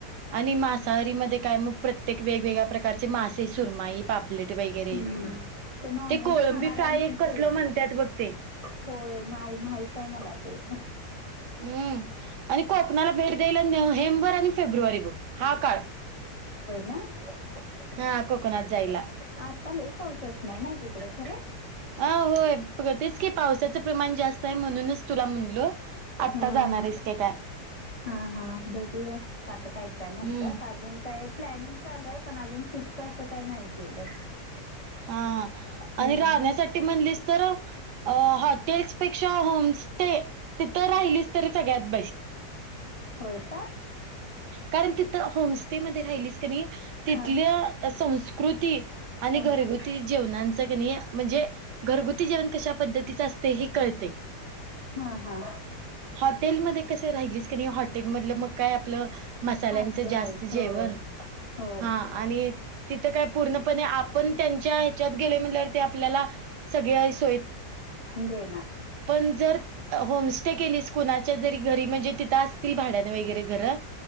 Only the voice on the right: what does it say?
आणि मासाहारी मध्ये काय मग प्रत्येक वेगवेगळ्या प्रकारचे मासे सुरमाई - पापलेट वगैरे
ते कोळंबी
फ्राय एक कसल
म्हणत्यात बघ ते.
हम्म. आणि कोकणाला भेट द्याला नोव्हेंबर आणि फेब्रुवारी बघ. हा काळ
हा कोकणात जायला
हा होय ब तेच की पावसाचं प्रमाण जास्त आहे म्हणूनच तुला म्हणलो. आत्ता
जाणारायस क काय?
हम्म
हा
आणि राहण्यासाठी म्हणलीस तर- - अ हॉटेल्सपेक्षा होम स्टे तिथं राहिलीस तर सगळ्यात बेस्ट.
कारण तिथं होमस्टे मधे राहिलीस क नाही तिथल्या
संस्कृती आणि
घरगुती जेवनांच की नई म्हणजे घरगुती जेवण कशा पद्धतीचं असतय हे कळतय.
हॉटेलमध्ये कस राहिलीस क नाही हॉटेल मधलं मग काय आपलं मसाल्यांचं
जास्त
जेवण
हा आणि तिथं काय पूर्णपणे आपण त्यांच्या ह्याच्यात गेले म्हणल्यावर ते आपल्याला सगळेच
पण जर होमस्टे केलीस कुणाच्या तरी घरी म्हणजे तिथं असतील भाड्यान वगैरे घरं.